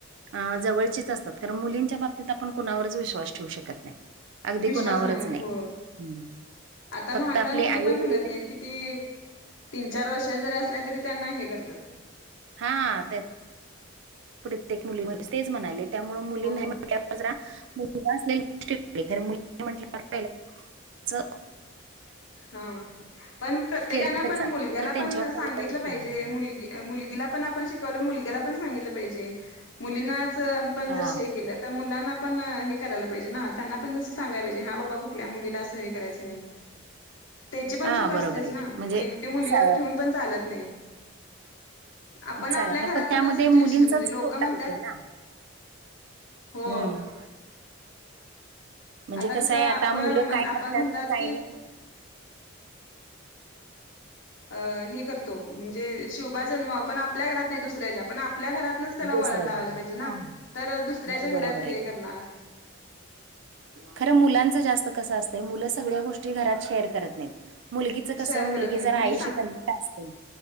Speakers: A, on the right; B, on the left.
A: अं जवळंचीचं असतांत कारणं मुलींच्यां बाबतीत आपणं कोणांवरचं विश्वास ठेवूं शकतं नाहीं अगदीं
B: विश्वास
A: कुणांवरचं
B: नाही
A: नाहीं
B: हो आता
A: फक्तं
B: लहान
A: आपले
B: लहान मुली
A: आई
B: पण म्हणत
A: वडील
B: किती तीन चार वर्षान जरी असल्या तरी त्यांना हे करतात.
A: हा प्रत्येक मुली तेच म्हणाले त्यामुळे मुली
B: हो
A: नाही ज मु असले गोष्टर मुली म्हटहि च <unintelligible>
B: हा पण प्रत्येकानं
A: केलं तरी
B: पण
A: चालत
B: मुलग्याला
A: खरं त्यांच्यावर
B: पण
A: पहिला
B: सांगितलं
A: लक्ष
B: पाहिजे
A: द्यायचं
B: मुलगी मुलगीला पण आपण शिकवलं मुलग्याला पण सांगितलं पाहिजे मुलींनाच आपण जर
A: हा
B: शे के तर मुलांना पण हे करायला पाहिजे, ना त्यांना पण जसं सांगायला पाहिजे, हा बाबा कुठल्या मुलीला असं हे करायचं नाही. त्याची पण चूक
A: हा
B: असतेच
A: बरोबर आहे
B: ना,
A: की म्हणजे
B: एकटे मुलीवर
A: स
B: ठेवून पण चालत नाही. आपण
A: चालत
B: आपल्या
A: नाही
B: घरातूनच
A: पण त्यामध्ये
B: म्हणजे
A: मुलींचाच
B: म्हणजे लोक
A: तोटा
B: म्हणतात
A: होतो ना.
B: हो
A: हम्म. म्हणजे
B: आता
A: कसं आहे
B: आपण
A: आता मुलं काय
B: आपण
A: करतात
B: म्हणतात
A: काय
B: की
A: नाही.
B: अ हे करतो म्हणजे शिवबा जन्मावा पण आपल्या घरात नाही दुसऱ्याच्या, पण आपल्या घरात त्याला
A: दुसऱ्या
B: वळण लावायला
A: जगाला
B: पाहिजे
A: हां,
B: ना
A: हां.
B: तर दुसऱ्याच्या
A: नाही बरोबर
B: घरात हे करणार.
A: खर मुलांच जास्त कस असतं, मुलं सगळ्या गोष्टी घरात शेअर करत नाही. मुलगीच कस
B: शेअर
A: मुलगी
B: करत नाही
A: जर आईशी
B: मुली सांग
A: कनेक्ट असते.